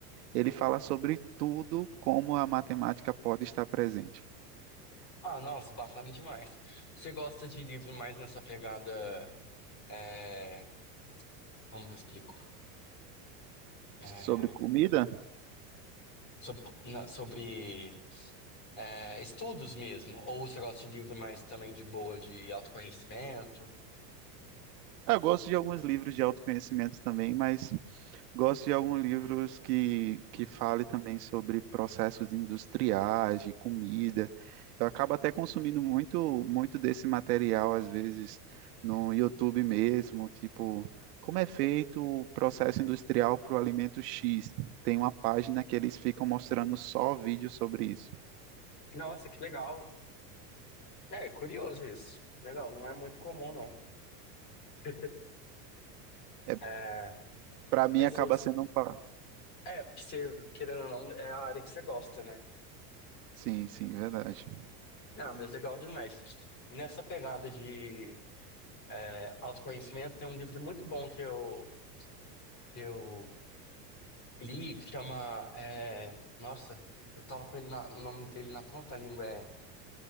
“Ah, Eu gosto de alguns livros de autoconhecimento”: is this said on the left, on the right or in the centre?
Right